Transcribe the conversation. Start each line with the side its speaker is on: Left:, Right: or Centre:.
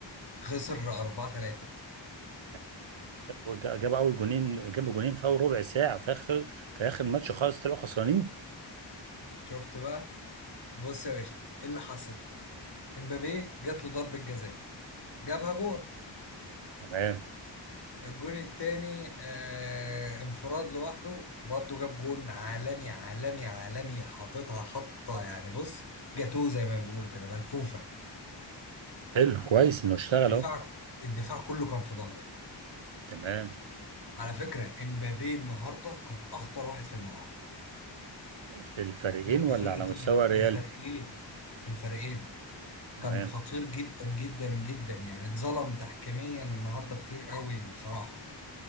Left: خسر 4 3
Right: يعني جاب جاب اول جونين جاب جونين في اول ربع ساعه في اخر في اخر الماتش خالص طلعوا خسرانين
Left: شفت بقى بص يا باشا ايه اللي حصل امبابي جات له ضربه جزاء جابها جون
Right: تمام
Left: الجون التاني آه انفراد لوحده برضه جاب جون عالمي عالمي عالمي حاططها حطة يعني بص جاتوه زي ما بيقولوا كده ملفوفة
Right: حلو كويس انه اشتغل
Left: دفاع
Right: اهو
Left: الدفاع كله كان في ظهره
Right: تمام
Left: على فكرة امبابي النهاردة كان أخطر واحد في الملعب
Right: في الفريقين
Left: من الفرقتين
Right: ولا على مستوى الريال
Left: من الفريقين في الفريقين
Right: تمام
Left: كان خطير جدا جدا جدا يعني اتظلم تحكيميا النهاردة كتير قوي بصراحة